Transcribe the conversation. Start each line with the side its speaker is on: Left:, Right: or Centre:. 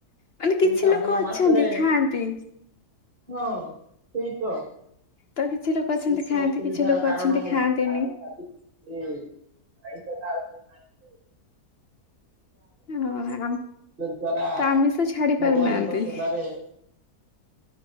Left: ମାନେ କିଛି
Right: ଶ୍ରାବଣ
Left: ଲୋକ ଅଛନ୍ତି
Right: ମାସରେ
Left: ଖାଆନ୍ତି
Right: ହଁ ସେଇ ତ।
Left: ତ କିଛି ଲୋକ ଅଛନ୍ତି
Right: ସେଇ ତ
Left: ଖାଆନ୍ତି
Right: ଅସୁବିଧାର
Left: କିଛି ଲୋକ
Right: କାରଣ
Left: ଅଛନ୍ତି
Right: ହଉ-କାରଣ
Left: ଖାଆନ୍ତିନି।
Right: ସାଜୁଚି ଯେ। ଆଁଇଷଟା <unintelligible>
Left: ହଁ
Right: ଯଦ୍ଵାରା
Left: ତ ଆମିଷ ଛାଡି
Right: ଭଗବାନଙ୍କ
Left: ପାରୁନାହାନ୍ତି।
Right: ସେବାରେ